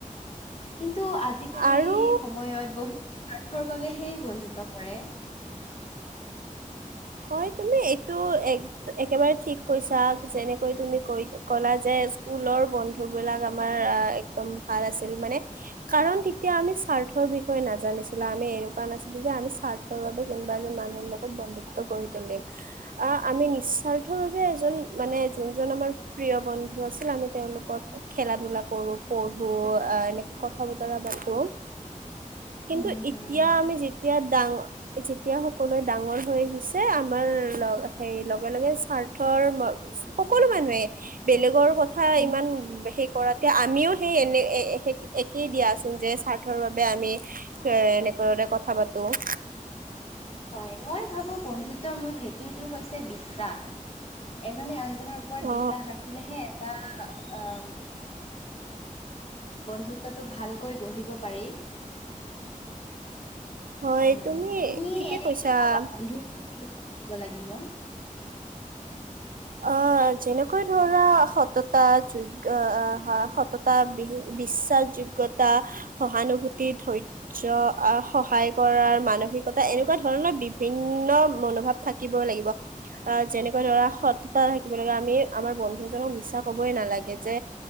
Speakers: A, on the left; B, on the right.
A: কিন্তু আজিকালি
B: আৰু
A: সময়ত বহুত স্বাৰ্থৰ বাবেহে বন্ধুত্ব কৰে
B: হয় তুমি এইটো এক একেবাৰে ঠিক কৈছা যেনেকৈ তুমি কৈ ক'লা যে স্কুলৰ বন্ধু বিলাক আমাৰ একদম ভাল আছিল মানে কাৰণ তেতিয়া আমি স্বাৰ্থৰ বিষয়ে নাজানিছিলোঁ আমি এনেকুৱা নাছিলোঁ যে আমি স্বাৰ্থৰ বাবে কোনোবা এজন মানুহৰ লগত বন্ধুত ত কৰি তুলিম আহ আমি নিশয় সকলোকে এজন মানে যোনজন আমাৰ প্ৰিয় বন্ধু আছিল আমি তেওঁলোকত খেলা ধূলা কৰোঁ পঢ়ো আহ এনেকে কথা বতৰা পাতো কিন্তু
A: উম হম
B: এতিয়া আমি যেতিয়া ডাঙ যেতিয়া সকলোৱে ডাঙৰ হৈ আহি আমাৰ সে লগে লগে স্বাৰ্থৰ সকলো মানুহে বেলেগৰ কথা
A: উম
B: ইমান হে কৰা তেয়া আমিও সেই এনে একেই দিয়াচোন যে স্বাৰ্থৰ বাবে আমি এ এনেকৰে কথা পাতো <inaudible>
A: হয় মই ভাবো বন্ধুত্বৰ মোৰ ভেটিটো হৈছে বিশ্বাস এজনী আন জনৰ ওপৰত
B: অ
A: বিশ্বাস ৰাখিলেহে এটা আহ বন্ধুত্বটো ভালকৈ গঢ়িব পাৰি
B: হয়
A: অ তুমি
B: ঠিকে
A: এনে
B: কৈছা
A: কি ভাবা বন্ধু লাগিব।
B: আহ যেনেকৈ ধৰা সততা যোগ্ আহ সততা বিশ্বাস যোগ্যতা সহানুভূতি ধৈৰ্য্য সহায় কৰাৰ মানসিকতা এনেকুৱা ধ ধৰণৰ বিভিন্ন মনোভাৱ থাকিব লাগিব আহ যেনেকৈ ধৰা স থাকিব লাগে আমি আমাৰ বন্ধু এজনক মিছা কবই নালাগে যে